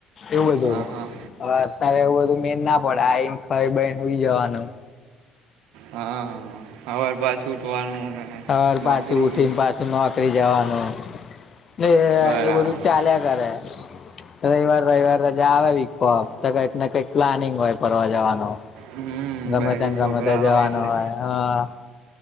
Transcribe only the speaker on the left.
એવું બધું
હવે અત્યારે એવું બધું મેન ના પડે આ એ ખાઈ બઈને હુઈ જવાનું
સવારે
પાછું ઉઠીને પાછું નોકરી જવાનું એ
બધું ચાલ્યા કરે. રવિવાર રવિવાર રજા આવે વિકપ તો કંઈકને કંઈક પ્લાનિંગ હોય ફરવા જવાનું.
ગમે
ત્યા
ગમે ત જવાનું
હોય હ.